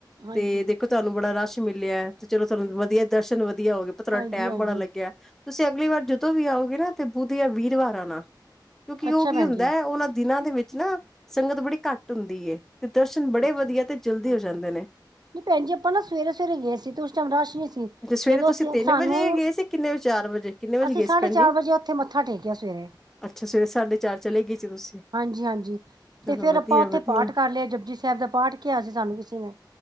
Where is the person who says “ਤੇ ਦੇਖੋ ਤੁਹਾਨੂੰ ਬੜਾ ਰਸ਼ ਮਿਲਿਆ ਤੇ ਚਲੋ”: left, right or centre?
Centre